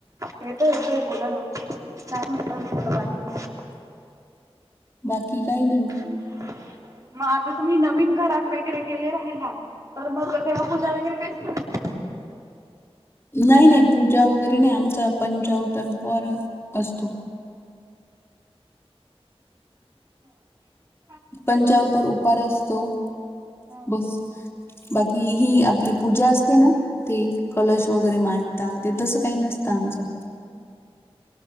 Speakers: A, on the right (about 35°); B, on the left (about 25°).
A: येतो येतोय बोला ना काय म्हनटं नाही बाकी
B: बाकी काही नाही मग
A: ह. मग आता तुम्ही नवीन घरात वेगड़े गेले राहिला तर मग तेव्हा पूजा वगैरे काहीच करत
B: नाही नाही पूजा वगैरे नाही आमचा पंचावतारपार असतो.
A: अच्छा.
B: पंचावतार उपार असतो.
A: हा.
B: बस. बाकी ही आपली पूजा असते ना. ते कलश वगैरे मांडता ते तसं काही नसतं आमचं.